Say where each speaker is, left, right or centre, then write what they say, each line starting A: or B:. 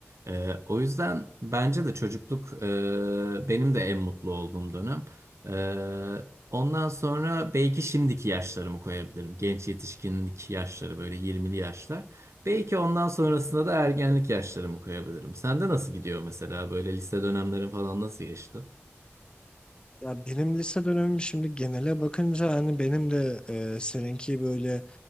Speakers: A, on the right (about 80°); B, on the left (about 20°).
A: E, o yüzden bence de çocukluk e, benim de en mutlu olduğum dönem. E, ondan sonra belki şimdiki yaşlarımı koyabilirim. Genç yetişkinlik yaşları böyle 20'li yaşlar. Belki ondan sonrasında da ergenlik yaşlarımı koyabilirim. Sende nasıl gidiyor mesela böyle lise dönemlerin falan nasıl geçti?
B: Ya benim lise dönemim şimdi genele bakınca hani benim de e, seninki böyle